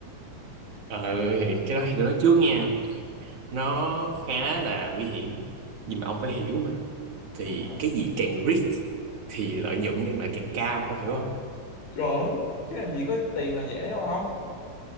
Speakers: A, on the right; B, on the left.
A: ờ thì cái đó thì tôi nói trước nha nó khá là nguy hiểm nhưng mà ông phải hiểu mà thì
B: đúng rồi
A: cái gì càng risk thì lợi nhuận đem lại càng cao ông hiểu không
B: chuẩn chứ làm gì có tiền là dễ đâu không